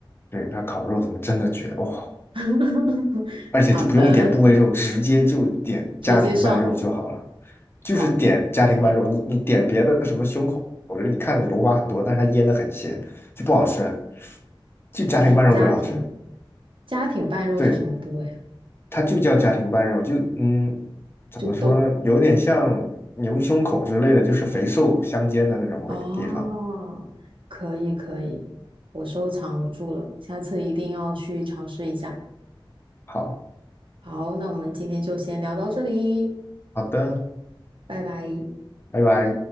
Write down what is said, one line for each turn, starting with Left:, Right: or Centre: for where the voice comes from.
Left: 对，它烤肉什么真的绝哦，
Right: <laughs>
Left: 而且就不用点部位肉，
Right: 好的，
Left: 直接就点家庭拌肉就好了。
Right: 直接上
Left: 就是点家庭拌肉，
Right: 好，OK，
Left: 你你点别的什么胸口，我觉得你看着油花很多，但是它腌的很咸，就不好吃了。就家庭拌肉最好吃，
Right: 就是家庭家庭拌肉是什么部位啊？
Left: 对，它就叫家庭拌肉，就嗯，怎么说呢，
Right: 就都
Left: 有点像牛胸口之类的，就是肥瘦相间的那种味地方。
Right: 哦，可以可以，我收藏住了，下次一定要去尝试一下。
Left: 好，
Right: 好，那我们今天就先聊到这里，
Left: 好的，
Right: 拜拜。
Left: 拜拜。